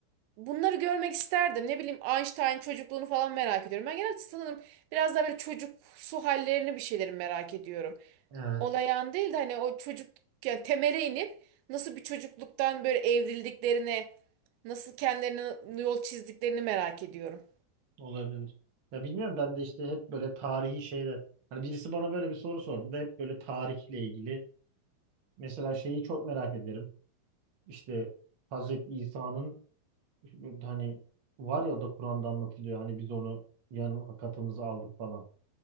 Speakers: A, on the right; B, on the right.
A: Bunları görmek isterdim. Ne bileyim Einstein çocukluğunu falan merak ediyorum. Ben genelde sanırım biraz daha böyle çocuksu hallerini bir şeyleri merak ediyorum
B: Evet,
A: olayan değil de hani o çocuk yani temele inip nasıl bir çocukluktan böyle evrildiklerine, nasıl kendilerine yol çizdiklerini merak ediyorum.
B: olabilir. Ya bilmiyorum ben de işte hep böyle tarihi şeyler. Hani birisi bana böyle bir soru sordu da hep böyle tarihle ilgili. Mesela şeyi çok merak ederim. İşte Hazreti İsa'nın Hani var ya da Kur'an'da anlatılıyor hani biz onu yanına katımızı aldık falan.